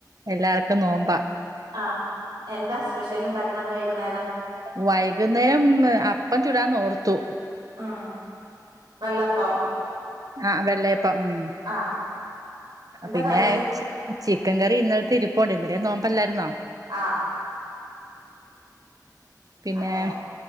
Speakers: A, on the right; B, on the right.
A: എല്ലാർക്കും നോമ്പാ
B: ആ എന്താ സ്പെഷ്യൽ ഉണ്ടാക്കണ വൈക്കുന്നേരം
A: വൈകുന്നേരം അപ്പം ചൂടാന്ന് ഓർത്തു
B: ആഹ് വെള്ളപ്പം
A: ആഹ് വെള്ളയപ്പ ഉം
B: ആ എന്താ
A: പിന്നെ
B: കറി
A: ചി ചിക്കൻ കറി ഇന്നലെത്തെ ഇരിപ്പുണ്ട്, ഇന്നലെ നോമ്പ് അല്ലായിരുന്നോ.
B: ആ
A: പിന്നെ
B: അങ്ങനെ